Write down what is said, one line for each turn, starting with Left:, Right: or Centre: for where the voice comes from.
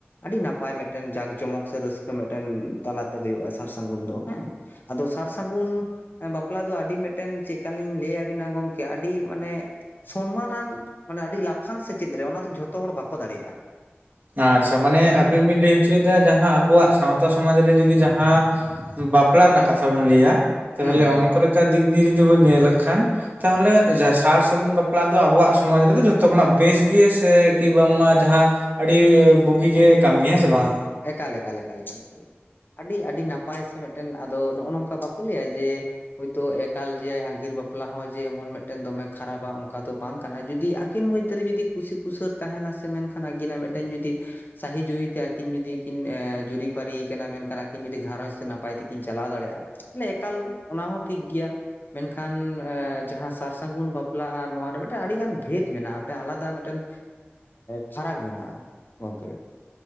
Left: ᱟᱹᱰᱤ ᱱᱟᱯᱟᱭ ᱢᱤᱫᱴᱮᱱ ᱡᱟᱸᱠ ᱡᱚᱢᱚᱠ ᱥᱮ ᱨᱟᱹᱥᱠᱟᱹ ᱢᱤᱫᱴᱮᱱ ᱛᱟᱞᱟᱛᱮ ᱦᱳᱭᱳᱜᱼᱟ ᱥᱟᱨ ᱥᱟᱹᱜᱩᱱ ᱫᱚ᱾ ᱦᱮᱸ ᱟᱫᱚ ᱥᱟᱨ ᱥᱟᱹᱜᱩᱱᱼᱼ ᱵᱟᱯᱞᱟ ᱫᱚ ᱟᱹᱰᱤ ᱢᱤᱫᱴᱮᱱ ᱪᱮᱫ ᱠᱟ ᱞᱤᱧ ᱞᱟᱹᱭ ᱟᱹᱵᱤᱱᱟ ᱜᱚᱝᱠᱮ, ᱟᱹᱰᱤ ᱢᱟᱱᱮ ᱥᱚᱱᱢᱟᱱ ᱱᱟᱱ ᱢᱟᱱᱮ ᱟᱹᱰᱤ ᱞᱟᱯᱷᱟᱝ ᱥᱮᱪᱮᱫ ᱨᱮ᱾ ᱚᱱᱟ ᱫᱚ ᱡᱷᱚᱛᱚ ᱦᱚᱲ ᱵᱟᱠᱚ ᱫᱟᱲᱮᱭᱟᱜᱼᱟ᱾
Right: ᱟᱪᱪᱷᱟ ᱢᱟᱱᱮ ᱟᱹᱵᱤᱱ ᱵᱤᱱ ᱞᱟᱹᱭ ᱦᱚᱪᱚᱭᱮᱫᱟ, ᱡᱟᱦᱟᱸ ᱟᱵᱚᱣᱟᱜ ᱥᱟᱶᱛᱟ ᱥᱚᱢᱟᱡᱽ ᱨᱮ ᱡᱩᱫᱤ ᱡᱟᱦᱟᱸ ᱵᱟᱯᱞᱟ ᱨᱮᱱᱟᱜ ᱠᱟᱛᱷᱟ ᱵᱚᱱ ᱞᱟᱹᱭᱟ᱾ ᱛᱟᱦᱞᱮ
Left: ᱦᱩᱸ ᱦᱩᱸ
Right: ᱚᱱᱠᱟ ᱞᱮᱠᱟ ᱫᱤᱠ ᱫᱤᱭᱮ ᱡᱩᱫᱤ ᱵᱚᱱ ᱧᱮᱞ ᱞᱮᱠᱷᱟᱱ ᱛᱟᱦᱞᱮ ᱥᱟᱨ ᱥᱟᱹᱜᱩᱱ ᱵᱟᱯᱞᱟ ᱫᱚ ᱟᱵᱚᱣᱟᱜ ᱥᱚᱢᱟᱡᱽ ᱨᱮᱫᱚ ᱡᱷᱚᱛᱚ ᱠᱷᱚᱱᱟᱜ ᱵᱮᱥ ᱜᱤᱭᱟᱹ ᱥᱮᱼᱼ ᱠᱤ ᱵᱟᱝᱢᱟ ᱡᱟᱦᱟᱸ ᱟᱹᱰᱤ ᱵᱩᱜᱤ ᱜᱮ ᱠᱟᱹᱢᱤ ᱦᱮᱸ ᱥᱮ ᱵᱟᱝ?
Left: ᱮᱠᱟᱞ, ᱮᱠᱟᱞ, ᱮᱠᱟᱞ, ᱮᱠᱟᱞ᱾ ᱟᱹᱰᱤ, ᱟᱹᱰᱤ ᱱᱟᱯᱟᱭ ᱥᱮ ᱢᱤᱫᱴᱮᱱ ᱟᱫᱚ ᱱᱚᱜᱼᱚ ᱱᱚᱝᱠᱟ ᱵᱟᱠᱚ ᱞᱟᱹᱭᱟ ᱡᱮ ᱦᱳᱭᱛᱳ ᱮᱠᱟᱞ ᱡᱮ ᱟᱸᱜᱤᱨ ᱵᱟᱯᱞᱟ ᱦᱚᱸ ᱡᱮ ᱮᱢᱚᱱ ᱢᱤᱫᱴᱮᱱ ᱫᱚᱢᱮ ᱠᱷᱟᱨᱟᱯᱼᱟ᱾ ᱚᱱᱠᱟ ᱫᱚ ᱵᱟᱝ ᱠᱟᱱᱟ ᱡᱩᱫᱤᱼᱼ ᱟᱹᱠᱤᱱ ᱢᱚᱫᱽᱫᱷᱮ ᱨᱮ ᱡᱩᱫᱤ ᱠᱩᱥᱤ ᱠᱩᱥᱟᱹᱨ ᱛᱟᱦᱮᱱᱟ᱾ ᱥᱮ ᱢᱮᱱᱠᱷᱟᱱ ᱟᱹᱠᱤᱱᱟᱜ ᱢᱤᱫᱴᱮᱱ ᱡᱩᱫᱤ ᱥᱟᱦᱤ ᱡᱩᱦᱤ ᱛᱮ ᱟᱹᱠᱤᱱ ᱡᱩᱫᱤ ᱠᱤᱱ ᱡᱩᱨᱤᱯᱟᱹᱨᱤᱭ ᱠᱟᱱᱟ᱾ ᱢᱮᱱᱠᱷᱟᱱ ᱟᱹᱠᱤᱱ ᱡᱩᱫᱤ ᱜᱷᱟᱨᱚᱸᱡᱽ ᱛᱮ ᱱᱟᱯᱟᱭ ᱛᱮᱠᱤᱱ ᱪᱟᱞᱟᱣ ᱫᱟᱲᱮᱭᱟᱜᱼᱟ᱾ ᱛᱟᱦᱚᱞᱮ ᱮᱠᱟᱞ ᱚᱱᱟ ᱦᱚᱸ ᱴᱷᱤᱠ ᱜᱮᱭᱟ᱾ ᱢᱮᱱᱠᱷᱟᱱ ᱡᱟᱦᱟᱸ ᱥᱟᱨ ᱥᱟᱹᱜᱩᱱ ᱵᱟᱯᱞᱟ ᱟᱨ ᱱᱚᱣᱟ ᱨᱮ ᱢᱮᱫᱼᱼ ᱟᱹᱰᱤ ᱜᱟᱱ ᱵᱷᱮᱫ ᱢᱮᱱᱟᱜᱼᱟ ᱾ᱢᱤᱫ ᱟᱞᱟᱫᱟ ᱢᱤᱫᱴᱮᱱ ᱯᱷᱟᱨᱟᱠ ᱢᱮᱱᱟᱜᱼᱟ᱾ ᱜᱚᱝᱠᱮ